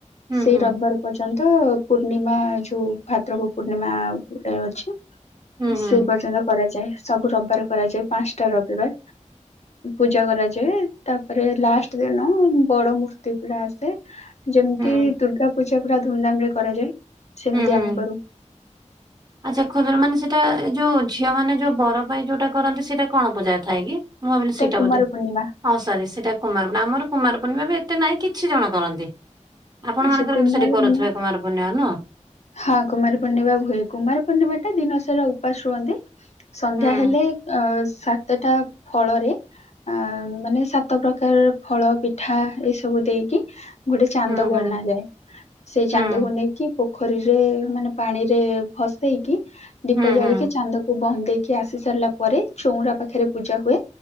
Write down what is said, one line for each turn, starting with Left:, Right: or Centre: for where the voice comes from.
Right: ହୁଁ
Left: ସେଇ
Right: ହୁଁ
Left: ରବିବାର ପର୍ଯ୍ୟନ୍ତ ପୂର୍ଣ୍ଣିମା ଯୋଉ ଭାଦ୍ରକ ପୂର୍ଣ୍ଣିମାରେ ଅଛି
Right: ହୁଁ ହୁଁ
Left: ସେ ପର୍ଯ୍ୟନ୍ତ କରାଯାଏ ସବୁ ରବିବାର କରାଯାଏ ପାଞ୍ଚଟା ରବିବାର। ପୂଜା କରାଯାଏ ତାପରେ ଲାଷ୍ଟ ଦିନ ବଡ ମୂର୍ତ୍ତି ପୁରା ଆସେ। ଯେମିତି
Right: ହୁଁ
Left: ଦୁର୍ଗା ପୂଜା ପୁରା ଧୁମଧାମ ରେ କରାଯାଏ ସେମିତି
Right: ହୁଁ ହୁଁ।
Left: ଆମେ କରୁ।
Right: ଆଚ୍ଛା ଖଜୁର ମାନେ ସେଇଟା ଏ ଯୋଉ ଝିଅ ମାନେ ଜଉ ବର ପାଇଁ ଯୋଉଟା କରନ୍ତି ସେଇଟା କଣ ପୂଜା ଥାଏ କି? ମୁଁ ଭାବିଲି ସେଇଟା
Left: କୁମାର
Right: ବୋଧେ।
Left: ପୂର୍ଣ୍ଣିମା
Right: ହଁ ସରି ସେଇଟା କୁମାରପୁଣ୍ଣିମା ଆମର କୁମାରପର୍ଣ୍ଣିମା ବି ଏତେ ନାହିଁ କିଛି ଜଣ କରନ୍ତି। ଆପଣ
Left: ଆଚ୍ଛା
Right: ମାନଙ୍କର
Left: କୁମାର
Right: କିନ୍ତୁ ସେଠି କରୁଥିବେ
Left: ପୂର୍ଣ୍ଣିମା
Right: କୁମାର ପୂର୍ଣ୍ଣିମା ନୁହଁ?
Left: ହଁ କୁମାରୀ ପୂର୍ଣ୍ଣିମା ହୁଏ କୁମାର ପୂର୍ଣ୍ଣିମା ଟା ଦିନସାରା ଉପାସ ରୁହନ୍ତି। ସନ୍ଧ୍ୟା
Right: ହୁଁ
Left: ହେଲେ ଅ ସାତଟା ଫଳରେ ଅ ମାନେ ସାତ ପ୍ରକାରର ଫଳ ପିଠା ଏଇ ସବୁ ଦେଇକି ଗୋଟେ
Right: ହୁଁ
Left: ବନାଜାଏ।
Right: ହୁଁ
Left: ସେଇ
Right: ହୁଁ
Left: ଚାନ୍ଦକୁ ନେଇକି ପୋଖରୀରେ ମାନେ ପାଣିରେ ଭସେଇକି ଦୀପ
Right: ହୁଁ
Left: ଜାଳିକି
Right: ହୁଁ
Left: ଚାନ୍ଦକୁ ବନ୍ଦେଇକି ଆସି ସାରିଲା ପରେ ଚଉରା ପାଖରେ ପୂଜା ହୁଏ।